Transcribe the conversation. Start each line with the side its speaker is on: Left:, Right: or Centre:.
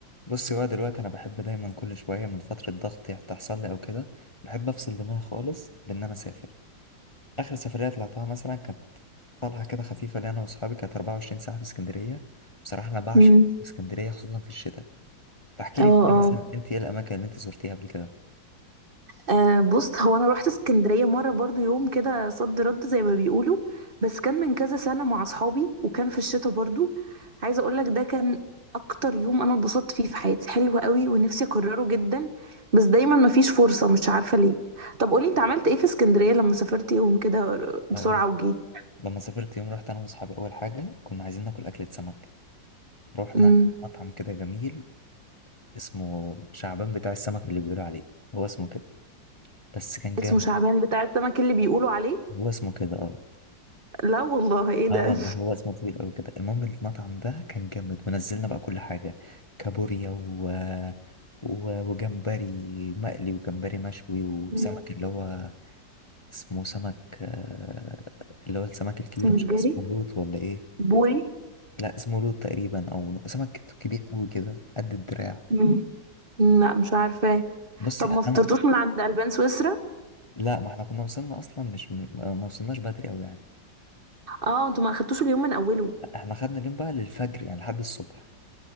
Left: بصي بقى دلوقتي انا بحب دايما كل شويه من فتره ضغط يح- تحصل لي او كده بحب افصل دماغي خالص بان انا اسافر اخر سفريه طلعتها مثلا كانت طلعه كده خفيفه لي انا واصحابي كانت 24 ساعه في اسكندريه بصراحه انا بعشق
Right: امم
Left: اسكندريه خصوصا في الشتاء فاحكي
Right: اه
Left: لي كده
Right: اه
Left: مثلا انت ايه الاماكن اللي انت زرتيها قبل كده
Right: آه، بص هو انا رحت اسكندريه مره برضو يوم كده صد رد زي ما بيقولوا بس كان من كذا سنه مع اصحابي وكان في الشتاء برضو عايزه اقول لك ده كان اكتر يوم انا اتبسطت فيه في حياتي حلو قوي ونفسي اكرره جدا بس دايما مفيش فرصه مش عارفه ليه طب قولي انت عملت ايه في اسكندريه لما سافرت يوم كده بسرعه
Left: اقول
Right: وجيت
Left: لما سافرت يوم رحت انا واصحابي اول حاجه كنا عايزين ناكل اكله سمك فروحنا
Right: امم
Left: مطعم كده جميل اسمه شعبان بتاع السمك اللي بيقولوا عليه هو اسمه كده بس كان
Right: اسمه
Left: جامد
Right: شعبان بتاع السمك اللي بيقولوا عليه
Left: هو اسمه كده اه
Right: لا والله ايه ده
Left: اه والله هو اسمه طويل قوي كده المهم المطعم ده كان جامد ونزلنا بقى كل حاجة كابوريا و... و... وجمبري مقلي وجمبري مشوي وسمك
Right: مم.
Left: اللي هو اسمه سمك آه، اللي هو السمك الكبير
Right: سنجري
Left: مش عارف اسمه لوت ولا ايه
Right: بوري
Left: لا اسمه لوت تقريبا او نو- سمك كبير قوي كده قد الدراع
Right: مم. لا مش عارفه
Left: بصي
Right: طب ما فطرتوش
Left: انا
Right: من عند البان سويسرا
Left: لا ما احنا كنا وصلنا اصلا مش ما ما وصلناش بدري قوي يعني
Right: اه انتوا ما اخدتوش اليوم من اوله
Left: احنا خدنا اليوم بقى للفجر يعني لحد الصبح